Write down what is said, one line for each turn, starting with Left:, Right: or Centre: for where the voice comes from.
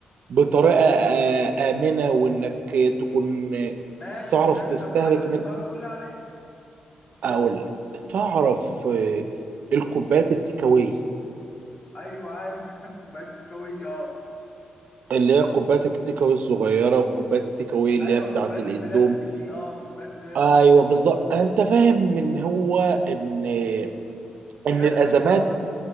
Right: بطريقه آ- امنه وانك تكون
Left: ماشي
Right: تعرف
Left: ماشي
Right: تستهلك
Left: لو في حاجة في
Right: من
Left: دماغك قول لي عليها
Right: اقول لك تعرف آه، الكوبايات التيك اواي
Left: ايوه عارف <laughs> انا كوبايات التكاوي دي اه
Right: اللي هي كوبايات التيك اواي الصغيره وكوبايات التيك اواي اللي
Left: ايوه
Right: هي بتاعه
Left: كوبايات
Right: الاندوم
Left: البلاستيك دي اه كوبايات البلاستيك
Right: ايوه بالظبط انت فاهم ان هو ان آه،
Left: بلاستيك
Right: ان الازمات
Left: برضه